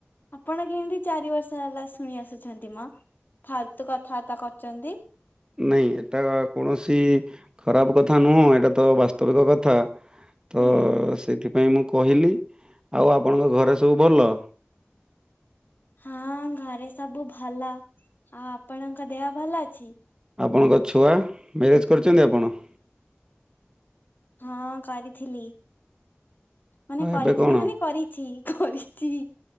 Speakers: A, on the left (about 55°); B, on the right (about 20°).
A: ଆପଣ କେମିତି ଚାରି ବର୍ଷ ହେଲା ଶୁଣି ଆସୁଛନ୍ତି ମ ଫାଲତୁ କଥାବାର୍ତ୍ତା କରୁଛନ୍ତି।
B: ନାଇଁ ଏଟା କୌଣସି ଖରାପ କଥା ନୁହଁ ଏଟା ତ ବାସ୍ତବିକ କଥା। ତ
A: ହୁଁ।
B: ସେଇଥିପାଇଁ ମୁଁ କହିଲି ଆଉ ଆପଣଙ୍କ ଘରେ ସବୁ ଭଲ?
A: ହଁ ଘରେ ସବୁ ଭଲ ଆଉ ଆପଣଙ୍କ ଦେହ ଭଲ ଅଛି?
B: ଆପଣଙ୍କ ଛୁଆ ମ୍ୟାରେଜ୍ କରିଚନ୍ତି ଆପଣ?
A: ହଁ କରିଥିଲି ମାନେ
B: ଆଉ
A: କରିଥିଲି
B: ଏବେ କଣ?
A: ମାନେ କରି ଚି କରିଚି